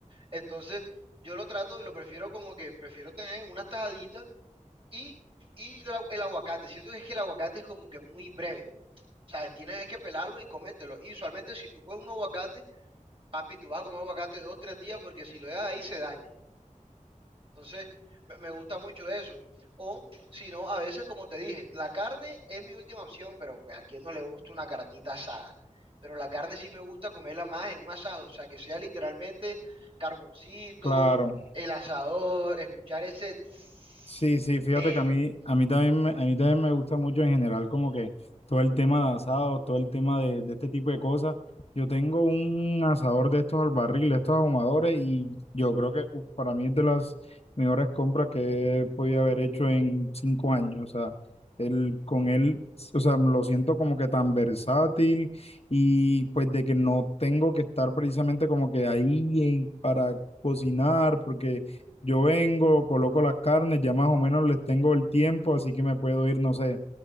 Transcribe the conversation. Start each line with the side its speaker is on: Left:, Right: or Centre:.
Right: Entonces, yo lo trato y lo prefiero como que prefiero tener unas tajaditas y, y el, agu- el aguacate. Siento que es que el aguacate es como que muy breve. O sea, tienes que pelarlo y comértelo. Y usualmente si tú coges un aguacate, papi, tú vas a comer aguacate dos, tres días porque si lo dejas ahí se daña. Entonces, me, me gusta mucho eso. O, si no, a veces, como te dije, la carne es mi última opción, pero pues a quien no le gusta una carnita asada. Pero la carne sí me gusta comerla más en un asado, o sea, que sea literalmente carboncito,
Left: Claro.
Right: el asador, escuchar ese <sniffs> tss
Left: Sí, sí, fíjate
Right: bello.
Left: que a mí, a mí también me, a mí también me gusta mucho en general como que todo el tema de asados, todo el tema de, de este tipo de cosas. Yo tengo un asador de estos al barril, de estos ahumadores y yo creo que uf, para mí es de las mejores compras que he podido haber hecho en cinco años. O sea, el, con él, o sea, lo siento como que tan versátil y pues de que no tengo que estar precisamente como que ahí eh, para cocinar porque yo vengo, coloco las carnes, ya más o menos les tengo el tiempo, así que me puedo ir, no sé,